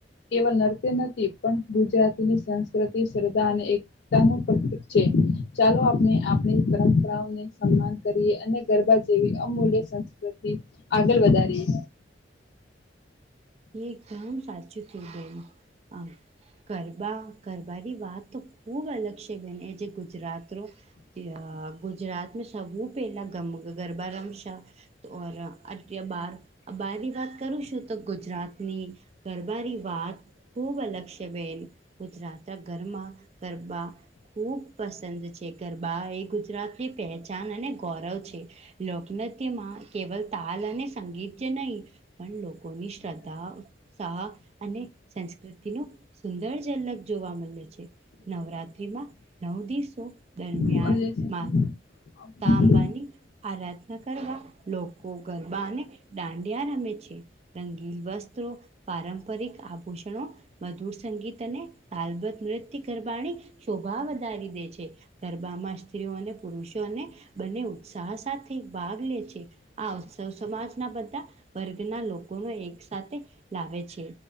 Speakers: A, on the left; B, on the right.
A: કેવલ નર્ત્ય નથી પણ ગુજરાતીની સંસ્કૃતિ, શ્રદ્ધા અને એ તા નું પ્રતિક છે, ચાલો આપણે આપણી પરંપરાને સન્માન કરીએ અને ગરબા જેવી અમૂલ્ય સંસ્કૃતિ આગળ વધારીએ
B: એકદમ સાચું થયું બેન અ ગરબા, ગરબાની વાત તો ખૂબ અલગ છે, બને એ જે ગુજરાતરો તે આ ગુજરાત સબું પહેલા ગમ ગરબા રમ શય તો અટ્ય બાર બારની વાત કરું છું તો ગુજરાતની ગ ગરબાની વાત ખૂબ અલગ છે, બેન ગુજરાતના ઘરમાં ગરબા ખુબ પસંદ છે, ગરબા એ ગુજરાતી પહેચાન અને ગૌરવ છે. લોકનત્યમાં કેવલ તાલ અને સંગીતય નહીં પણ લોકોની શ્રદ્ધા ઉત્સાહ અને સંસ્કૃતિનુ સુંદર ઝલક જોવા મલે છે. નવરાત્રીમાં નવ દિવસો દરમિયાન
A: આપણે
B: મા તાંબાની આરાધના કરવા લોકો ગરબાને ડાડિયા રમે છે, રંગીલ વસ્ત્રો પારંપરિક આભૂષણો મધુર સંગીત અને તાલબત નૃત્ય ગરબાણી શોભા વધારી દે છે, ગરબામાં સ્ત્રીઓને <unintelligible> બંને ઉત્સાહ સાથે ભાગ લે છે. આ ઉત્સવ સમાજના બધા વર્ગના લોકોનો એક સાથે લાવે છે,